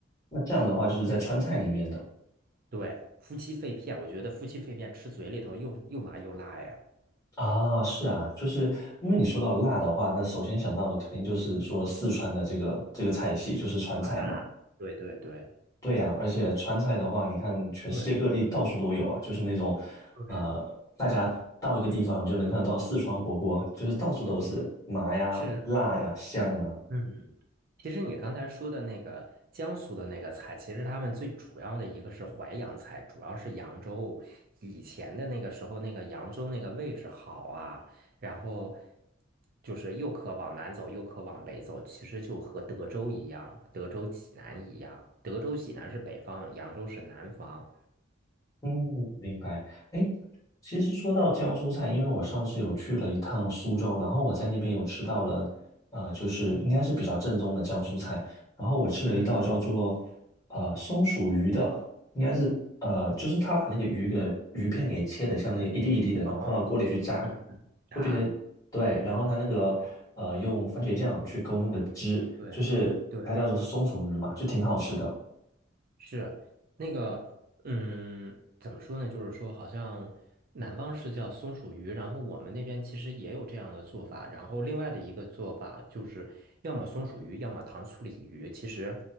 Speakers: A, on the left (about 20°); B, on the right (about 50°).
A: 那这样的话，就是在川菜里面的
B: 对，夫妻肺片，我觉得夫妻肺片吃嘴里头又又麻又辣呀，
A: 啊，是啊，就是因为你说到辣的话，那首先想到的肯定就是说四川的这个这个菜系，就是川菜嘛。
B: 麻辣，对对对
A: 对呀，而且川菜的话，你看全世界各地到处都有啊，
B: 对
A: 就是那种，
B: 对，
A: 呃，大家到一个地方你就能看到四川火锅，就是到处都是麻呀、
B: 是，
A: 辣呀、香啊。
B: 嗯，其实你刚才说的那个江苏的那个菜，其实他们最主要的一个是淮扬菜，主要是扬州以前的那个时候，那个扬州那个位置好啊，然后就是又可往南走，又可往北走，其实就和德州一样，德州济南一样，德州济南是北方，扬州是南方，
A: 嗯，明白。哎，其实说到江苏菜，因为我上次有去了一趟苏州，然后我在那边有吃到了，呃，就是应该是比较正宗的江苏菜。然后我吃了一道叫做呃松鼠鱼的，
B: 嗯。
A: 应该是呃，就是他把那个鱼给鱼片给切的像那个一粒一粒的，
B: 哦，
A: 然后放到锅里去炸，
B: 嗯，答，
A: 会变成对，然后他那个呃用番茄酱去勾那个汁，
B: 对啊对，
A: 就是它叫做松鼠鱼嘛，就挺好吃的。
B: 是那个，嗯，怎么说呢？就是说，好像南方是叫松鼠鱼，然后我们那边其实也有这样的做法。然后另外的一个做法就是，要么松鼠鱼，要么糖醋鲤鱼。其实，